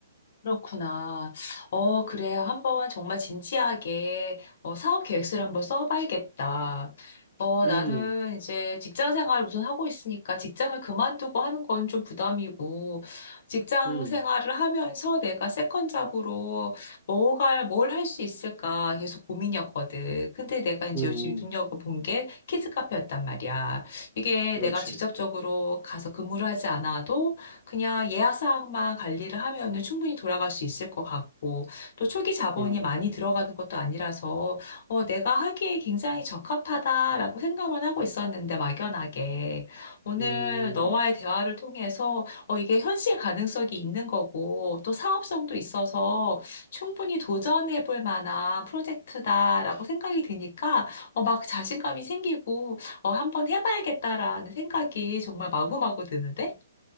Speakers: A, on the left; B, in the centre.
A: 그렇구나. 어, 그래. 한번 정말 진지하게 어, 사업 계획서를 한번 써봐야겠다. 어,
B: 음,
A: 나는 이제 직장 생활 우선 하고 있으니까 직장을 그만두고 하는 건 좀 부담이고, 직장
B: 음,
A: 생활을 하면서 내가 세컨 잡으로 뭐가, 뭘 할 수 있을까 계속 고민이었거든. 근데 내가 이제
B: 음,
A: 요즘 눈여겨본 게 키즈카페였단 말이야. 이게
B: 그렇지.
A: 내가 직접적으로 가서 근무를 하지 않아도 그냥 예약 사항만 관리를 하면은 충분히 돌아갈 수 있을 것 같고, 또 초기 자본이
B: 음,
A: 많이 들어가는 것도 아니라서, 어, 내가 하기에 굉장히 적합하다라고 생각만 하고 있었는데, 막연하게. 오늘
B: 음.
A: 너와의 대화를 통해서, 어, 이게 현실 가능성이 있는 거고, 또 사업성도 있어서 충분히 도전해 볼 만한 프로젝트다라고 생각이 드니까, 어, 막 자신감이 생기고, 어, 한번 해봐야겠다라는 생각이 정말 마구마구 드는데?